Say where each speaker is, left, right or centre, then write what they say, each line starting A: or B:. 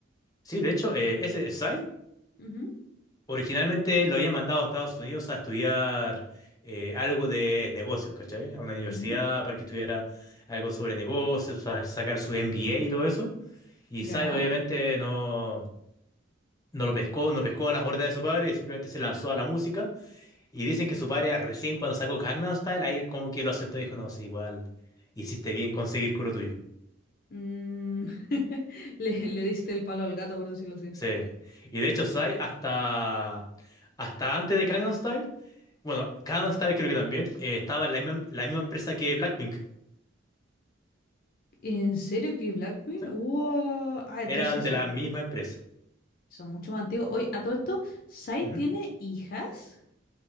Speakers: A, on the left; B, on the left.
A: Sí, de hecho, eh, ese Psy
B: Ujú,
A: Originalmente lo había mandado a Estados Unidos a estudiar eh, algo de negocios, ¿cachai? A una universidad
B: ujú.
A: para que estudiara algo sobre negocios, sa- sacar su MBA y todo eso. Y
B: Ya.
A: Sai obviamente no, no lo pescó, no pescó las órdenes de su padre y simplemente se lanzó a la música. Y dicen que su padre ah, recién cuando sacó Gangnam Style, ahí como que lo aceptó y dijo, no, sí, igual hiciste bien conseguir con lo tuyo.
B: Mm, <laughs> le, le diste el palo al gato, por decirlo así.
A: Sí. Y de hecho Sai hasta, hasta antes de Gangnam Style Bueno, Kanstar creo que también eh, estaba en la misma, la misma empresa que Blackpink.
B: ¿En serio que Blackpink?
A: ¿sí?
B: ¡Wow! Ah, entonces
A: Eran de
B: ah,
A: la misma empresa.
B: son mucho más antiguos. Oye, a todo esto, ¿Psy
A: Ujú.
B: tiene hijas?